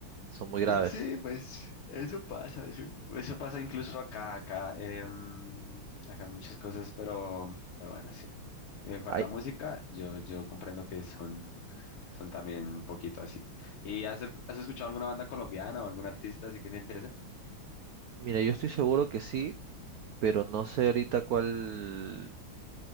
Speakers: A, on the right (about 80°); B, on the left (about 85°).
A: son muy graves.
B: Sí, pues eso pasa, eso, Eso pasa incluso acá, acá, em, acá hay muchas cosas, pero, pero bueno, sí. En cuanto
A: Ay,
B: a música, yo, yo comprendo que son Son también un poquito así. ¿Y has, has escuchado alguna banda colombiana o algún artista así que te interesa?
A: mira, yo estoy seguro que sí, pero no sé ahorita cuál,